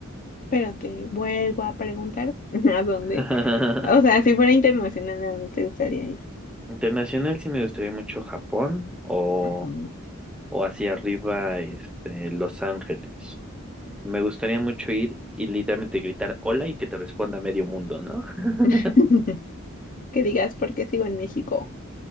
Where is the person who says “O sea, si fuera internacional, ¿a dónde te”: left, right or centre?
Left